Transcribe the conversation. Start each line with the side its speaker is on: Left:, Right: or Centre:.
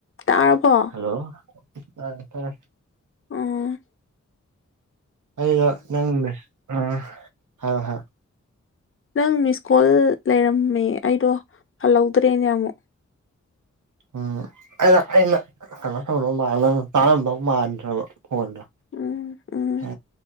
Left: ꯇꯥꯔꯕꯣ
Right: ꯍꯜꯂꯣ꯫ ꯇꯥꯔꯦ ꯇꯥꯔꯦ꯫
Left: ꯎꯝ
Right: ꯑꯩꯒ ꯅꯪ ꯃꯦꯁꯦꯁ ꯎꯝ ꯍꯥꯏꯌꯣ ꯍꯥꯏꯌꯣ꯫
Left: ꯅꯪ ꯃꯤꯁ ꯀꯣꯜ ꯂꯩꯔꯝꯃꯦ ꯑꯩꯗꯣ ꯍꯜꯍꯧꯗ꯭ꯔꯦꯅꯦ ꯑꯃꯨꯛ꯫
Right: ꯎꯝ ꯑꯩꯗꯣ ꯑꯩꯅ ꯀꯩꯅꯣ ꯇꯧꯗꯧ ꯃꯥꯟ ꯅꯪꯅ ꯇꯥꯔꯝꯗꯧ ꯃꯥꯟꯗ꯭ꯔꯕ ꯐꯣꯟꯗꯣ꯫
Left: ꯎꯝ ꯎꯝ
Right: ꯍꯥ꯫